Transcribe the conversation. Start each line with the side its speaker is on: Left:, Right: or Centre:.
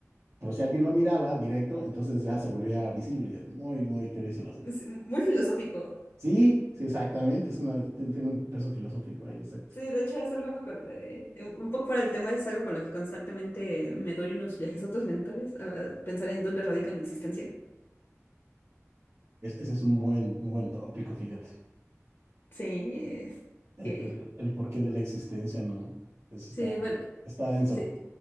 Right: Pero si alguien lo miraba directo, entonces ya se volvía visible. Muy, muy crazy el asunto.
Left: Es muy filosófico.
Right: Sí, sí, exactamente. Es una, ti- tiene un peso filosófico ahí, exacto.
Left: Sí, de hecho es algo, con- eh, eh, un poco fuera del tema, es algo con lo que constantemente me doy unos viajes viajesotos mentales a a pensar en dónde radica mi existencia.
Right: Es- ese es un buen, un buen tópico, fíjate.
Left: Sí, es-
Right: El,
Left: eh,
Right: el- el porqué de la existencia, ¿no? Eso
Left: sí,
Right: está,
Left: bueno,
Right: está denso.
Left: sí.